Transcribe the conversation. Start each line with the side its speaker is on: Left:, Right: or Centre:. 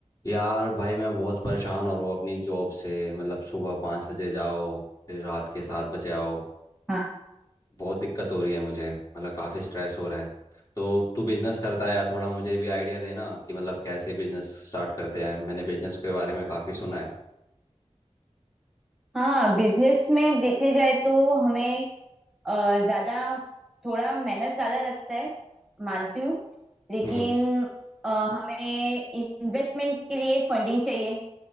Left: यार भाई मैं बहुत परेशान हो रहा हूँ अपनी जॉब से मतलब सुबह पाँच बजे जाओ फिर रात के सात बजे आओ
Centre: हाँ
Left: बहुत दिक्कत हो रही है मुझे मतलब काफ़ी स्ट्रेस हो रहा है तो तू बिजनेस करता है यार थोड़ा मुझे भी आइडिया देना कि मतलब कैसे बिजनेस स्टार्ट करते हैं मैंने बिजनेस के बारे में काफ़ी सुना है
Centre: हाँ बिजनेस में देखने जाए तो हमें अ, ज्यादा थोड़ा मेहनत ज्यादा लगता है मानती हूँ लेकिन
Left: हम्म
Centre: अ, हमें इन्वेस्टमेंट के लिए फंडिंग चाहिए